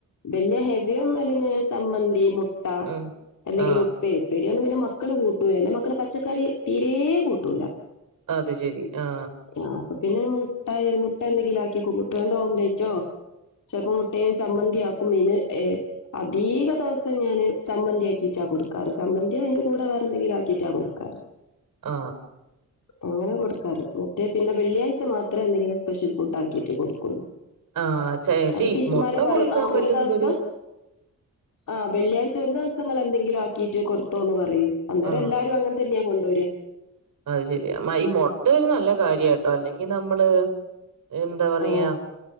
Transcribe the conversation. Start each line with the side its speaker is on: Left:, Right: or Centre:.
Left: വ ല്ല്യ ഹെവി ഒന്നും അല്ലെങ്കിങ്ങനെ ചമ്മന്തി മുട്ട
Right: ഉം.
Left: എന്തെങ്കിലും
Right: ആ.
Left: ഉപ്പേ ഉപ്പേരിയൊന്നും പിന്നെ മ മക്കള് കൂട്ടൂലയിന് മക്കള് പച്ചക്കറി തീരെ കൂട്ടൂല
Right: അത് ശെരി ആ
Left: ആഹ് അപ്പൊ പിന്നെ മുട്ട മുട്ട എന്തെങ്കിലാക്കിക്കും മുട്ട്യോണ്ട് ഓബ്ലെറ്റോ ചെലപ്പോ മുട്ടയും ചമ്മന്തിയാക്കും ഏ അധീക ദെവസം ഞാന് ചമ്മന്തിയാക്കീട്ടാ കൊട്ക്കാറ് ചമ്മന്തിയോ അയിന്റെ കൂടെ വെറെന്തെങ്കിലാക്കീട്ടാ കൊട്ക്കാറ്
Right: ആ
Left: അങ്ങനെ കൊട്ക്കാറ് മറ്റേ പിന്നെ വെള്ളിയാഴ്ച മാത്രേ എന്തെങ്കിലും സ്പെഷ്യൽ ഫുഡാക്കീട്ടേ കൊട്ക്കൊള്ളു
Right: ആ. ചെ പക്ഷേ
Left: അത്
Right: ഈ
Left: ടീച്ചർമാരെ
Right: മുട്ട
Left: പറ
Right: കൊടുക്കാൻ
Left: ആ
Right: പറ്റുന്നതൊരു
Left: ഒര് ദെവസം ആഹ് വെള്ളിയാഴ്ച ഒരു ദെവസങ്ങള്ന്തെ ങ്കിലും ആക്കീട്ട് കൊടുത്തോന്ന് പറയും അന്നേരം
Right: ആ.
Left: എല്ലാരും അങ്ങനെതന്നെ കൊണ്ടോര
Right: അത് ശെരിയാ ഈ മൊട്ടൊരു നല്ല കാര്യട്ടോ അല്ലെങ്കി നമ്മള് എന്താ പറയാ
Left: ആ